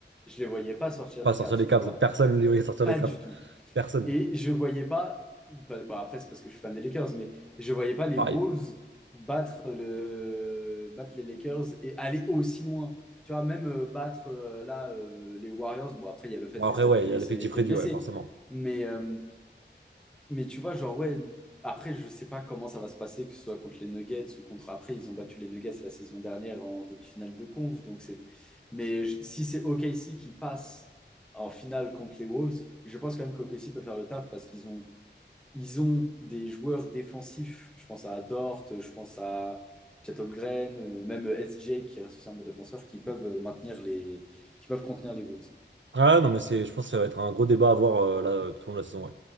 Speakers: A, in the centre; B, on the right (about 80°).
A: je les voyais pas sortir
B: Pas
A: les
B: sortir
A: Cavs
B: les
A: tu
B: Cavs.
A: vois,
B: Personne ne les voyait sortir
A: pas
B: les Cavs.
A: du tout.
B: Personne.
A: Et je voyais pas, bah, bah, après, c'est parce que je suis fan des Lakers, mais je voyais pas les
B: Pareil.
A: Wolves battre le, battre les Lakers et aller aussi loin. Tu vois, même euh, battre euh, là euh, les Warriors. Bon, après, il y a le fait
B: Bon, après,
A: que Steph
B: ouais,
A: Curry
B: il y a l'effectif
A: ça a été
B: réduit,
A: blessé.
B: ouais, forcément.
A: Mais, euh, mais tu vois, genre, ouais, après, je sais pas comment ça va se passer, que ce soit contre les Nuggets ou contre. Après, ils ont battu les Nuggets la saison dernière en demi-finale de conf. Donc c'est... Mais je- si c'est OKC qui passe en finale contre les Wolves, je pense quand même qu'OKC peut faire le taf parce qu'ils ont... Ils ont des joueurs défensifs. Je pense à Dort, je pense à Chet Holmgren, euh, même SJ qui reste aussi un bon défenseur, qui peuvent maintenir les... qui peuvent contenir les Wolves.
B: Ah non, mais c'est, je pense que ça va être un gros débat à avoir euh, là, tout au long de la saison. ouais.